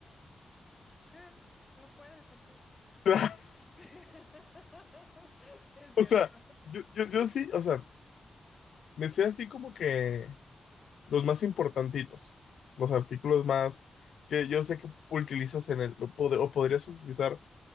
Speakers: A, on the left; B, on the left.
A: ¿Qué? ¿No puedes o qué?
B: <laughs>
A: <laughs> Es
B: O
A: cierto.
B: sea, yo, yo, yo sí, o sea, me sé así como que los más importantitos, los artículos más que yo sé que utilizas en el, o, pod- o podrías utilizar